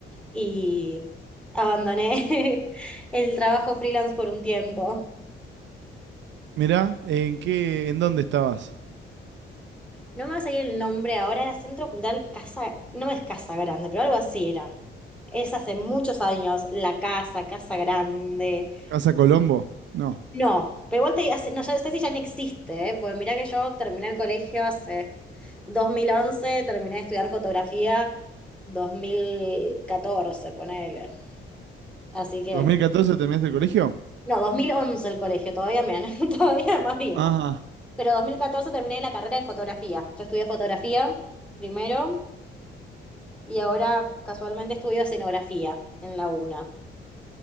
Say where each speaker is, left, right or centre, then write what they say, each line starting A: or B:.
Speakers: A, in the centre; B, on the right.
A: y abandoné <laughs> el trabajo freelance por un tiempo.
B: Mirá, ¿en qué, en dónde estabas?
A: No me va a salir el nombre ahora, era Centro Cultural Casa, no es Casa Grande, pero algo así era. Es hace muchos años, La Casa, Casa Grande.
B: ¿Casa Colombo? No.
A: No, pero igual te hace, no, ya sé si ya no existe, ¿eh? Porque mirá que yo terminé el colegio hace dos mil once terminé de estudiar fotografía 2014, ponele. Así que,
B: ¿2014 terminaste el colegio?
A: no, 2011 el colegio, todavía me, <laughs> todavía más vieja.
B: Ajá,
A: Pero 2014 terminé la carrera de fotografía. Yo estudié fotografía primero. y ahora casualmente estudio escenografía en la UNA.